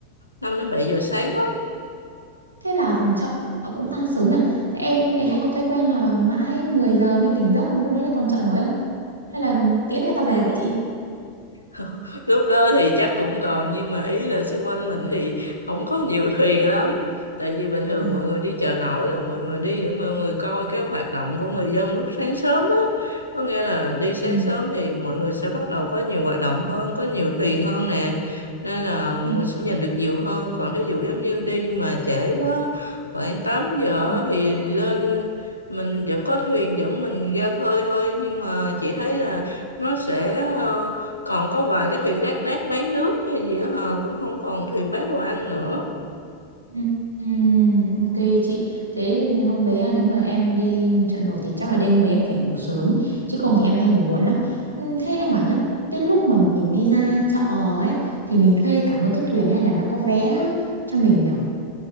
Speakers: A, on the left; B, on the right.
A: 5 đến 7 giờ sáng á
B: Thế là chợ cũng tan sớm nhỉ? Thế em lại hay có thói quen là mãi 10 giờ mới tỉnh giấc mà lúc đấy là còn chợ nổi không? Hay là tiễn người ta về vậy chị?
A: <laughs> lúc đó thì chắc cũng còn nhưng mà ý là xung quanh mình thì không có nhiều thuyền lắm tại vì bình thường
B: À.
A: mọi người đi chợ nổi là mọi người đi để mọi người coi cái hoạt động của người dân lúc sáng sớm á có nghĩa là đi sáng
B: Ừ.
A: sớm thì mọi người sẽ bắt đầu có nhiều hoạt động hơn có nhiều thuyền hơn nè nên là mọi
B: Ừ.
A: người sẽ nhìn được nhiều hơn còn thí dụ giống như đi mà trễ quá khoảng 8 giờ
B: Ừ.
A: á, thì lên mình vẫn có thuyền vẫn mình ra khơi thôi nhưng mà chị thấy là nó sẽ ờ, còn có vài cái thuyền lác đác bán nước hay gì đó hờ cũng không còn thuyền bán đồ ăn nữa
B: Ừ. ừ, Ok chị. Thế nên hôm đấy à, nếu mà em đi chợ nổi thì chắc là đêm đấy em phải ngủ sớm. Chứ không thì em hay ngủ muộn lắm. Ừ, Thế em bảo nhá. Cái lúc mà mình đi ra chợ ấy thì mình thuê cả một cái thuyền hay là nó có vé cho mình nhở?